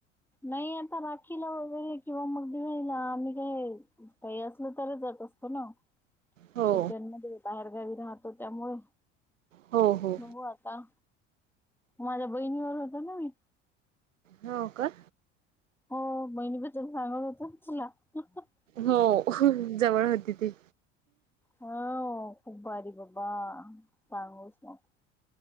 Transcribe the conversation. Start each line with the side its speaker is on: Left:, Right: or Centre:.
Centre: नाई आता... राखीला वगैरे... किंवा मग दिवाळीला... आम्ही काय काई असलं... तरच जात असतो ना
Right: हो
Centre: सुट्यांमध्ये बाहेरगावी राहतो... त्यामुळे...
Right: हो हो
Centre: बघू आता माझ्या बहिणीबरोबर होतो ना मी.
Right: हों का?
Centre: हो... बहिणीबद्दल... सांगत होतो... <unintelligible>
Right: हो... अंहं... जवळ होती ती.
Centre: हो... खूप भारी बबा... <unintelligible>